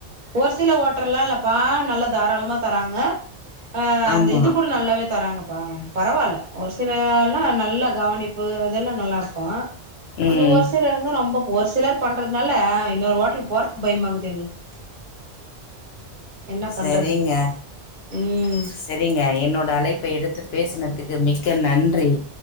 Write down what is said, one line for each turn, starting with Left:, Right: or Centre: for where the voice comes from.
Right: ஒரு சில ஓட்டலாம் இல்லப்பா நல்ல தாராளமா தராங்க ஆ
Left: ஆமா
Right: அந்த இது கூட நல்லாவே தராங்க பரவாயில்ல ஒரு சில நல்லா கவனிப்பு நல்லா இருக்கும்
Left: ம்
Right: ஓர் சிலர் தான் ரொம்ப ஒரு சிலர் பண்றதுனால இன்னொரு ஹோட்டல் போற பயமாகுது எங்களுக்கு என்ன பண்றது
Left: செரிங்க
Right: உம்
Left: செரிங்க என்னோட அழைப்பை எடுத்து பேசினதுக்கு மிக்க நன்றி